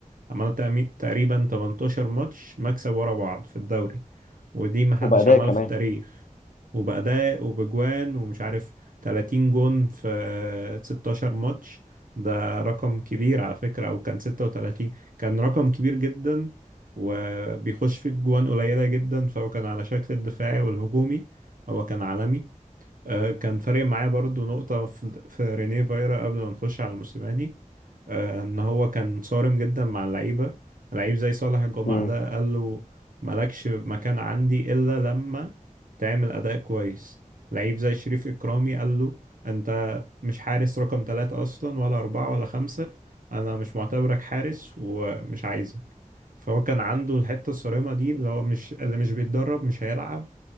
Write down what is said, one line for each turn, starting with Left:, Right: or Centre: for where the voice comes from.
Right: عملنا تعمي- تقريبا 18 ماتش مكسب ورا بعض في الدوري ودي محدش
Left: وبأداء
Right: عملها
Left: كمان
Right: في التاريخ وبأداء وبجوان ومش عارف 30 جون في 16 ماتش ده رقم كبير على فكرة أو كان 36 كان رقم كبير جدا وبيخش في الجوان قليلة جدا فهو كان على شكل الدفاعي والهجومي هو كان عالمي آه، كان فارق معايا برضو نقطة في في رينيه فايرا قبل ما نخش على الموسيماني آه، إن هو كان صارم جدا مع اللعيبة لعيب زي صالح الجمعة
Left: مم.
Right: ده قال له مالكش مكان عندي إلا لما تعمل أداء كويس لعيب زي شريف إكرامي قال له أنت مش حارس رقم ثلاثة أصلا ولا أربعة ولا خمسة أنا مش معتبرك حارس ومش عايزك فهو كان عنده الحتة الصارمة دي اللي هو مش اللي مش بيتدرب مش هيلعب